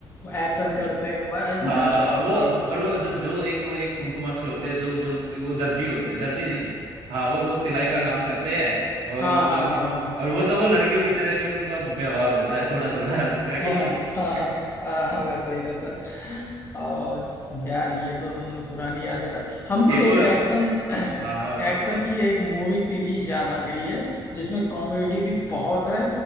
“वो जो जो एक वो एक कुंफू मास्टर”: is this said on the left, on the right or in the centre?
Right